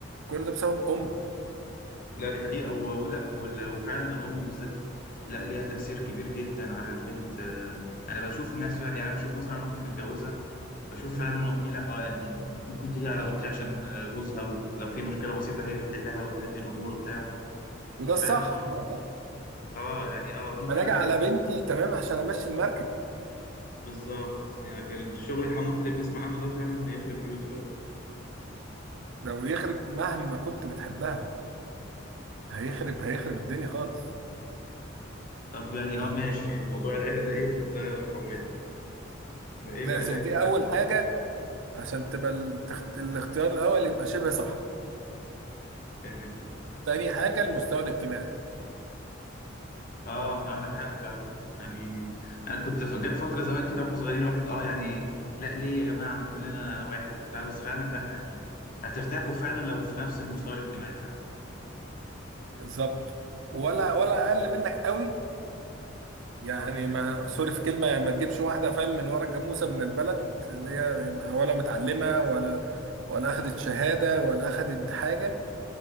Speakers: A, on the right; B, on the left.
A: كل ده بسبب أم
B: لا دي حقيقة
A: ف...
B: و- ولا وال- وفعلا الأم بالذات لا ليها تأثير كبير جدا على البنت آه، أنا بشوف الناس فعلا يعني أنا بشوف مثلا أختي متجوزة بشوف
A: مم.
B: فعلا أمي لا آه يعني ممكن تيجي على أختي عشان آه، جوزها ولو في مشكلة بسيطة هي بتحلها وتهدي الأمور وبتاع
A: وده
B: ففعلا
A: الصح خد بالك
B: آه آه، يعني آه ممكن
A: أنا أجي
B: عارف
A: على بنتي تمام عشان أمشي المركب
B: بالظبط يعني لكن شغل الحموات اللي بنسمع عنه ده فعلا يخرب بيوت فعلا
A: لو يخرب مهما كنت بتحبها هيخرب هيخرب الدنيا خالص
B: طب يعني
A: فده
B: آه ماشي يعني موضوع العيلة ده إيه ده رقم واحد ده إيه
A: أساس
B: بقى تاني
A: دي أول حاجة عشان تبقى التخت... الاختيار الأول يبقى شبه صح
B: تمام
A: تاني حاجة المستوى الاجتماعي
B: اه عندك حق فعلا يعني انا كنت ف- جت فتره زمان كده واحنا صغيرين الواحد اه يعني لا ليه يا جماعه ما كلنا واحد وبتاع بس فعلا لا يعني هترتاحوا فعلا لو في نفس المستوى الاجتماعي فعلا
A: بالظبط ولا ولا أقل منك قوي يعني ما سوري في كلمة ما تجيبش واحدة فاهم من ورا الجاموسة من البلد اللي هي ولا متعلمة ولا ولا أخدت شهادة ولا أخدت حاجة